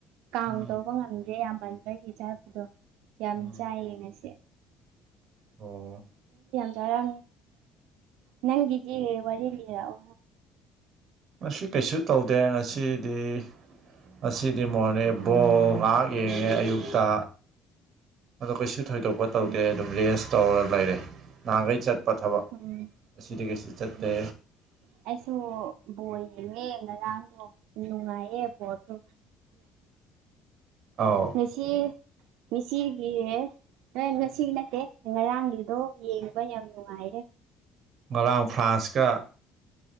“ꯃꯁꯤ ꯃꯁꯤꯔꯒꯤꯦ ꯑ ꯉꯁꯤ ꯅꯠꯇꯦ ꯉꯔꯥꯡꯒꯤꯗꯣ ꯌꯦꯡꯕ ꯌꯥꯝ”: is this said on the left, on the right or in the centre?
Right